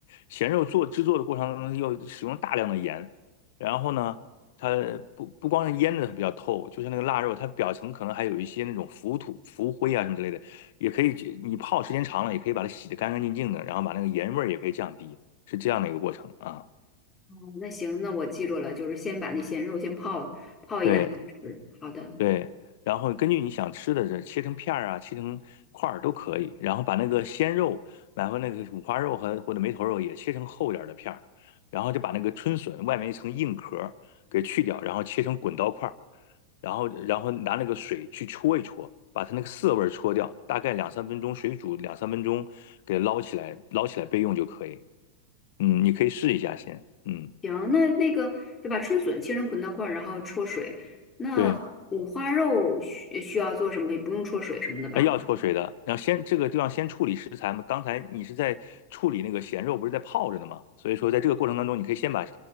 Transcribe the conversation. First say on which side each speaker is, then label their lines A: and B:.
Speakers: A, on the left; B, on the left.
A: 咸肉做制作的过程当中要使用大量的盐，然后呢，它不不光是腌的比较透，就是那个腊肉，它表层可能还有一些那种浮土、浮灰啊什么之类的，也可以你泡时间长了，也可以把它洗得干干净净的，然后把那个盐味儿也可以降低，是这样的一个过程啊。
B: 哦，那行，那我记住了，就是先把那咸肉先泡泡一两个小时。
A: 对，
B: 好的，
A: 对，然后根据你想吃的这切成片儿啊，切成块儿都可以。然后把那个鲜肉，然后那个五花肉和或者梅头肉也切成厚点儿的片儿，然后就把那个春笋外面一层硬壳儿给去掉，然后切成滚刀块儿，然后然后拿那个水去戳一戳，把它那个涩味儿戳掉，大概两三分钟，水煮两三分钟，给捞起来，捞起来备用就可以。嗯，你可以试一下先。嗯，
B: 行，那那个就把春笋切成捆刀块儿，然后焯水。那五花肉需需要做什么？
A: 对。
B: 不用焯水什么的吧？
A: 哎，要焯水的，然后先这个地方先处理食材嘛。刚才你是在处理那个咸肉，不是在泡着的吗？所以说，在这个过程当中，你可以先把